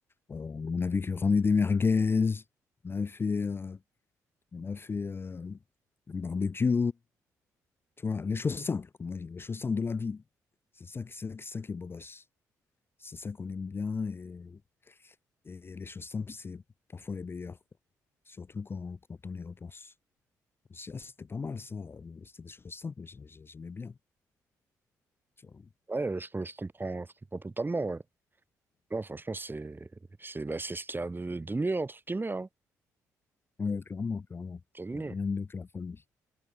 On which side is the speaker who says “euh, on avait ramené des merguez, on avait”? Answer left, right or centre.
Left